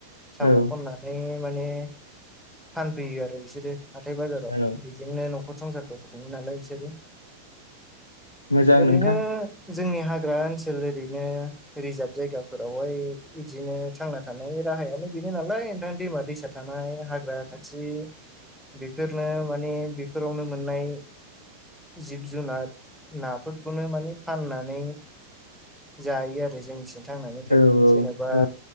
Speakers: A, in the centre; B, on the left.
A: साम'
B: औ
A: खना माने फानफैयो आरो बिसोरो हाथाय बाजाराव
B: औ
A: बेजोंनो न'खर संसारखौ खुङो नालाय बिसोरो
B: मोजां
A: ओरैनो
B: नोंथां
A: जोंनि हाग्रा ओनसोल ओरैनो रिजार्भ जायगाफोरावहाय बिदिनो थांना थानायनि राहायानो बेनो नालाय नोंथां दैमा दैसा थानाय हाग्रा खाथि बेफोरनो माने बेफोरावनो मोननाय जिब जुनार नाफोरखौनो माने फाननानै जायो आरो जोंनि थांनानै थायो
B: औ
A: जेनेबा
B: औ